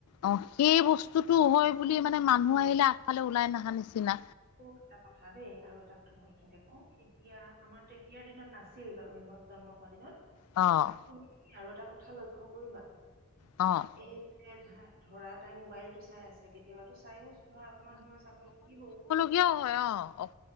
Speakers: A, on the left (about 80°); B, on the right (about 45°).
A: অঁ' সেই বস্তুটো হয় বুলি মানে মানুহ আহিলে আগফালে ওলাই নহা নিচিনা।
B: <unintelligible> এটা কথা দেই আৰু এটা কথা মই এইখিনিতে কওঁ এতিয়া আমাৰ তেতিয়াৰ দিনত নাছিল বাৰু ইহঁত জন্ম হোৱা দিনত।
A: অঁ।
B: <unintelligible> তুমি আৰু এটা কথা লক্ষ্য কৰিবা।
A: অঁ।
B: এই ধ-ধৰা তাই মোবাইলটো চাই আছে কেতিয়াবাতো চাইও- ধৰা অকণমান সময় চাব লাগিব ও।
A: কিয় হয়, অঁ'।